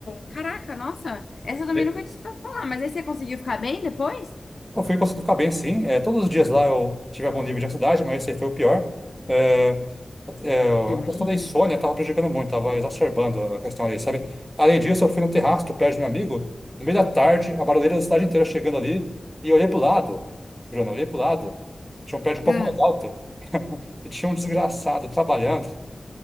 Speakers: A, on the left; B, in the centre.
A: caraca, nossa, essa eu também
B: É.
A: nunca tinha escutado falar, mas aí você conseguiu ficar bem depois?
B: eu fui conseguindo ficar bem, sim. É, todos os dias lá eu tive algum nível de ansiedade, mas esse foi o pior. É, é,
A: Eu imagino.
B: a questão da insônia estava prejudicando muito, estava exacerbando a questão ali, sabe? Além disso, eu fui no terraço do prédio do meu amigo, no meio da tarde, a barulheira da cidade inteira chegando ali, e eu olhei pro lado, Bruno, eu olhei pro lado, tinha um prédio um pouco
A: Ah,
B: mais alto, e tinha um desgraçado trabalhando,